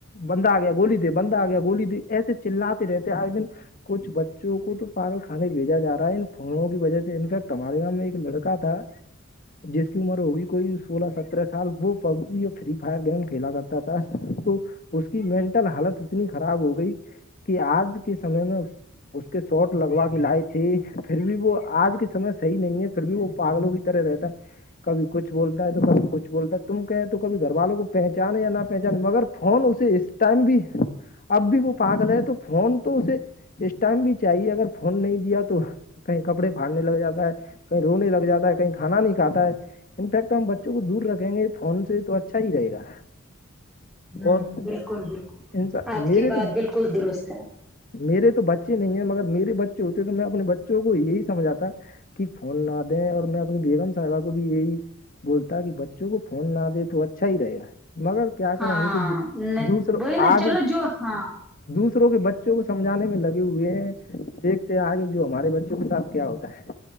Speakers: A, on the left; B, in the centre.
A: بندہ آ گیا گولی دے بندہ آ گیا گولی دے ایسے چلاتے رہتے آئے دن کچھ بچوں کو تو پاگل کھانے بھیجا جا رہا ہے ان فونوں کی وجہ سے انفیکٹ ہمارے گاؤ میں ایک لڑک کاہتھا جس کی عمر ہوگی کوئی سولہ سترہ سال وہ پب جی یا فری فائر گیم کھیلا کرتا تھا تو اس کی مینٹل حالت اتنی خراب ہو گئی کہ آج کے سمے میں اس کے شاٹ لگوا کے لائی تھی پھر بھی وہ آج کے سمے صحیح نہیں ہے پھر بھی وہ پاگلوں کی طرح رہتا ہے کبھی کچھ بولتا ہے تو کبھی کچھ بولتا تم کہ تو کبھی گھر والوں کو پہچانے یا نہ پہچانے مگر فون اسے اس ٹائم بھی اب بھی وہ پاگل ہے تو فون تو اسے اس ٹائم بھی چاہیے اگر فون نہیں دیا تو کہیں کپڑے پھاٹنے لگ جاتا ہے کہیں رونے لگ جاتا ہے کہیں کھانا نہیں کھاتا ہے انفیکٹ تو ہم بچوں کو دور رکھیں گے فون سے تو اچھا ہی رہے گا
B: امم
A: اور
B: بالکل بالکل
A: انسا
B: آپ
A: میرے
B: کی بات
A: تو
B: بالکل درست ہے
A: میرے تو بچے نہیں ہیں مگر میرے بچے ہوتے تو میں اپنے بچوں کو یہی سمجھاتا کہ فون نہ دیں اور میں اپنی بیگم صاحبہ کو بھی یہی بولتا کہ بچ چوں کو فون نہ دے تو اچھا ہی رہے گا مگر کیا کریں
B: ہاں
A: ہم کو دوسروں
B: وہی نا
A: آج
B: چلو
A: ہی
B: جو ہاں
A: دوسروں کے بچوں کو سمجھانے میں لگے ہوئے ہیں دیکھتے آگے جو ہمارے بچوں کے ساتھ کیا ہوتا ہے